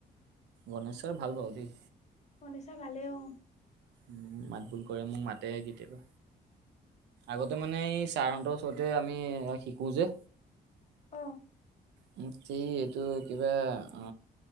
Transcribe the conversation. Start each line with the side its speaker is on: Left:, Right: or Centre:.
Right: গণেশ চাৰ ভাল বাৰু দেই।
Left: গনেশ চাৰ ভালে অ,।
Right: উম, মাত বোল কৰে মোক মাতে কেতিয়াবা। আগতে মানে এই চাৰৰহতঁৰ ওচৰতে আমি শিকো যে।
Left: অ
Right: <unintelligible> এইটো একেবাই অ,